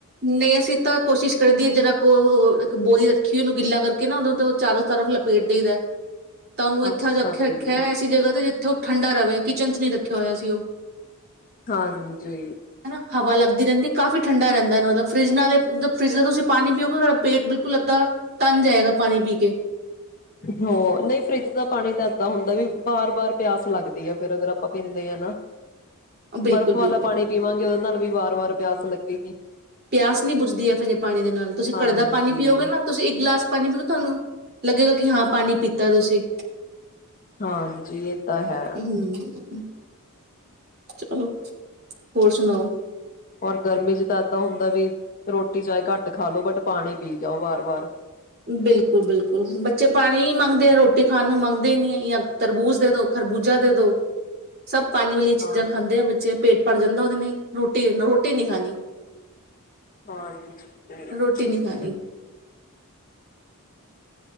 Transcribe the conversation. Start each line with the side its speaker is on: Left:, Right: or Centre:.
Right: ਨਹੀਂ ਅਸੀਂ ਤਾਂ, ਕੋਸ਼ਿਸ਼ ਕਰਦੀ ਜਿਹਰਾ ਕੋ ਇੱਕ ਬੋਰੀ ਰੱਖੀ ਹੋਈ, ਉਹਨੂੰ ਗਿੱਲਾ ਕਰਕੇ ਨਾ, ਉਹਨੂ ਤੋਂ ਚਾਰੋਂ ਤਰਫ ਲਪੇਟ ਦੇਈ ਦਾ। ਤਾਂ ਉਹਨੂੰ ਇੱਥੇ
Left: ਅੱਛਾ
Right: ਜਾ ਕੇ ਰੱਖਿਆ
Left: ਜੀ
Right: ਐਸੀ ਜਗ੍ਹਾ ਤੇ ਜਿੱਥੋ ਠੰਡਾ ਰਵੇ। ਕਿਚਨ ਚ ਨਹੀਂ ਰੱਖਿਆ ਹੋਇਆ ਅਸੀ ਉਹ।
Left: ਹਾਂਜੀ
Right: ਹਨਾ ਹਵਾ ਲੱਗਦੀ ਰਹਿੰਦੀ ਕਾਫ਼ੀ ਠੰਡਾ ਰਹਿੰਦਾ ਇਨਾਂ ਮਤਲਬ ਫਰਿੱਜ ਨਾਲ ਫਰਿੱਜ ਦਾ ਤੁਸੀਂ ਪਾਣੀ ਪੀਓਗੇ ਤੁਹਾਡਾ ਪੇਟ ਬਿਲਕੁਲ ਅੱਧਾ ਤੰਜ ਜਾਏਗਾ ਪਾਣੀ ਪੀ ਕੇ।
Left: ਹੋਰ, ਨਹੀਂ ਫਰਿੱਜ ਦਾ ਪਾਣੀ ਤਾਂ ਏਦਾਂ ਹੁੰਦਾ ਵੀ, ਬਾਰ-ਬਾਰ ਪਿਆਸ ਲੱਗਦੀ ਹੈ। ਫਿਰ ਅਗਰ ਆਪਾਂ ਪੀਂਦੇ ਹਾਂ ਨਾ।
Right: ਬਿਲਕੁਲ
Left: ਬਰਫ਼
Right: ਬਿਲਕੁਲ
Left: ਵਾਲਾ ਪਾਣੀ ਪੀਵਾਂਗੇ ਉਹਦੇ ਨਾਲ ਵੀ ਵਾਰ-ਵਾਰ ਪਿਆਸ ਲੱਗੇਗੀ
Right: ਪਿਆਸ ਨੀ ਬੁਜਦੀ ਹੈ ਫਜੇ ਪਾਣੀ ਦੇ ਨਾਲ ਤੁਸੀਂ
Left: ਹਾਂਜੀ
Right: ਘੜੇ ਪਾਣੀ ਪੀਓਗੇ ਨਾ ਤੁਸੀਂ ਇੱਕ ਗਲਾਸ ਪਾਣੀ ਪੀਓ ਤੁਹਾਨੂੰ ਲੱਗੇਗਾ ਕਿ ਹਾਂ ਪਾਣੀ ਪੀਤਾ ਤੁਸੀਂ
Left: ਹਾਂਜੀੀ ਇਹ ਤਾਂ ਹੈ
Right: ਹਮ ਚਲੋ ਹੋਰ ਸੁਣਾਓ
Left: ਔਰ ਗਰਮੀ ਚ ਤਾਂ ਇਏਦਾਂ ਹੁੰਦਾ ਵੀ ਰੋਟੀ ਚਏ ਘੱਟ ਖਾ ਲਓ ਬਟ ਪਾਣੀ ਪੀ ਜਾਓ ਵਾਰ ਵਾਰ
Right: ਬਿਲਕੁਲ ਬਿਲਕੁਲ ਬੱਚੇ ਪਾਣੀ ਹੀ ਮੰਗਦੇ ਆ ਰੋਟੀ ਤੇ ਖਾਣ ਨੂੰ ਮੰਗਦੇ ਹੀ ਨਹੀਂੀ ਹੈ ਜਾਂ ਤਰਬੂਜ਼ ਦੇ ਦੋ ਖਰਬੂਜਾ ਦੇ ਦੋ ਸਭ ਪਾਣੀ ਵਾਲੀਆਂ
Left: ਹਾਂਜੀ।
Right: ਚੀਜ਼ਾਂ ਖਾਂਦੇ ਆ ਬੱਚੇ ਪੇਟ ਭਰ ਜਾਂਦਾ ਉਹਦੇ ਨੇ ਰੋਟੀ ਰੋਟੀ ਨਹੀਂੀ ਖਾਣੀ
Left: ਹਾਂਜੀ
Right: ਰੋਟੀ ਨਹੀਂ ਖਾਣੀ